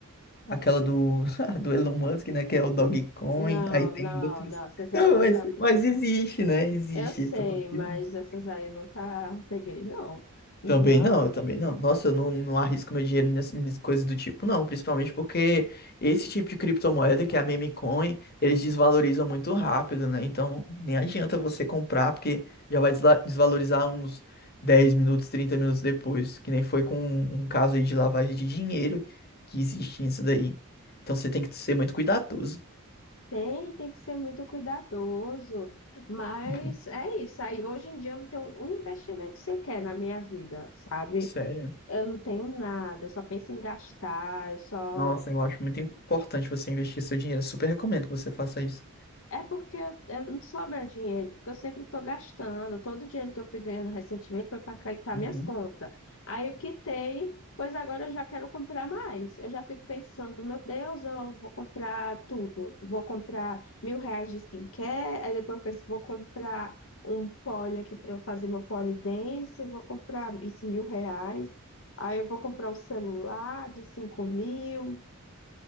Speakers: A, on the left; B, on the left.
A: aquela do, <laughs> do Elon Musk, né? Que é o Dogecoin.
B: Não,
A: Aí tem
B: não,
A: outros.
B: não. Essas
A: Não,
B: aí eu nunca.
A: mas, mas existe, né? Existe.
B: Eu sei,
A: Tô falando
B: mas
A: que existe.
B: essas aí eu nunca peguei, não. Não.
A: Também não, eu também não. Nossa, eu não, não arrisco meu dinheiro nessas, nessas coisas do tipo, não. Principalmente porque esse tipo de criptomoeda, que é a meme coin, eles desvalorizam muito rápido, né? Então, nem adianta você comprar, porque já vai desla- desvalorizar uns 10 minutos, 30 minutos depois. Que nem foi com um, um caso aí de lavagem de dinheiro que existe nisso daí. Então, você tem que ser muito cuidadoso.
B: Tem, tem que ser muito cuidadoso, mas
A: Uhum.
B: é isso. Aí hoje em dia eu não tenho um investimento sequer na minha vida, sabe?
A: Sério.
B: Eu não tenho nada, eu só penso em gastar, eu só
A: Nossa, eu acho muito importante você investir seu dinheiro. Eu super recomendo que você faça isso.
B: É porque eu, eu não sobra dinheiro, porque eu sempre estou gastando. Todo o dinheiro que eu fui ganhando recentemente foi para quitar
A: Uhum.
B: minhas contas. Aí eu quitei, pois agora eu já quero comprar mais. Eu já fico pensando, meu Deus, eu vou comprar tudo. Vou comprar mil reais de skincare, aí depois eu penso, vou comprar um pole aqui para eu fazer meu pole dance, vou comprar isso mil reais. Aí eu vou comprar um celular de cinco mil.